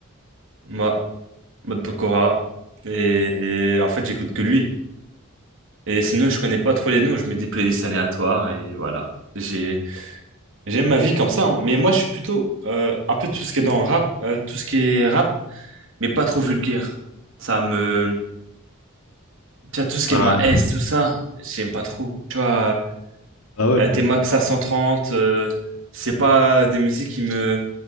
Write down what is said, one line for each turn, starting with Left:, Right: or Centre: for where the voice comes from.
Right: Moi, Mode Pokora. Et, et en fait, j'écoute que lui. Et sinon, je connais pas trop les noms, je mets des playlists aléatoires et voilà. J'ai, j'aime ma vie comme ça. hein. Mais moi, je suis plutôt euh, un peu tout ce qui est dans le rap, euh, tout ce qui est rap, mais pas trop vulgaire. Ça me. Tu vois, tout ce
Left: Bah,
Right: qui est ma S, tout ça, j'aime pas trop. Tu vois,
Left: bah ouais,
Right: euh,
Left: mais
Right: t'es Max à 130, euh, c'est pas des musiques qui me,